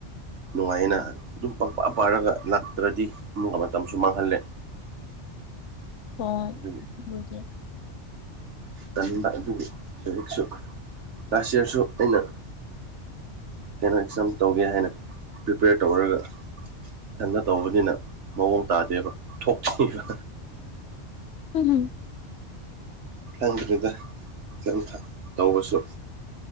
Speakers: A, on the right; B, on the left.
A: ꯅꯨꯡꯉꯥꯏꯌꯦꯅ ꯑꯗꯨꯝ ꯄꯪꯄꯥ ꯄꯥꯔꯒ ꯂꯥꯛꯇ꯭ꯔꯗꯤ ꯑꯃꯨꯛꯀ ꯃꯇꯝꯁꯨ ꯃꯥꯡꯍꯜꯂꯦ
B: ꯍꯣꯏ
A: ꯑꯗꯨꯒꯤ
B: ꯑꯗꯨꯕꯨꯗꯤ
A: ꯇꯟꯕ ꯑꯗꯨꯒꯤ ꯁꯖꯤꯛꯁꯨ ꯂꯥꯁ ꯏꯌ꯭ꯔꯁꯨ ꯑꯩꯅ ꯀꯩꯅꯣ ꯑꯦꯛꯖꯥꯝ ꯇꯧꯒꯦ ꯍꯥꯏꯅ ꯄ꯭ꯔꯤꯄꯌ꯭ꯔ ꯇꯧꯔꯒ ꯏꯊꯟꯗ ꯇꯧꯕꯅꯤꯅ ꯃꯑꯣꯡ ꯇꯥꯗꯦꯕ ꯊꯣꯛꯇꯦꯕ
B: ꯍꯨꯝ ꯍꯨꯝ
A: ꯈꯪꯗ꯭ꯔꯤꯗ ꯏꯊꯟꯇ ꯇꯧꯕꯁꯨ